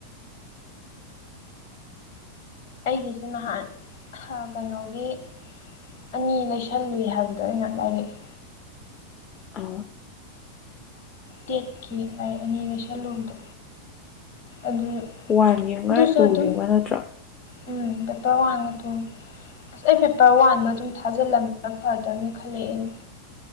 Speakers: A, on the left; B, on the left.
A: ꯑꯩꯒꯤꯁꯨ ꯅꯍꯥꯟ ꯀꯩꯅꯣꯒꯤ ꯑꯅꯤ ꯂꯩꯁꯜꯂꯨꯏ ꯍꯥꯏꯕꯗꯣ ꯑꯩꯅ ꯂꯥꯏꯔꯛꯏ
B: ꯑ
A: ꯇꯦꯠꯈꯤ ꯂꯥꯏꯔꯤꯛ ꯑꯅꯤꯒ ꯁꯦꯂꯨꯕꯗꯣ ꯑꯗꯨ
B: ꯋꯥꯟ ꯌꯦꯡꯉ
A: ꯑꯗꯨꯁꯨ
B: ꯇꯨ
A: ꯑꯗꯨꯝ
B: ꯌꯦꯡꯉ ꯅꯠꯇ꯭ꯔꯣ
A: ꯎꯝ ꯄꯦꯄꯔ ꯋꯥꯟꯒ ꯊꯣꯡꯉ ꯑꯁ ꯑꯩ ꯄꯦꯄꯔ ꯋꯥꯟꯗꯣ ꯑꯗꯨꯝ ꯊꯥꯖꯤꯜꯂꯝꯃꯦꯔ ꯐꯗꯕꯅꯤ ꯈ ꯍꯂꯛ ꯑ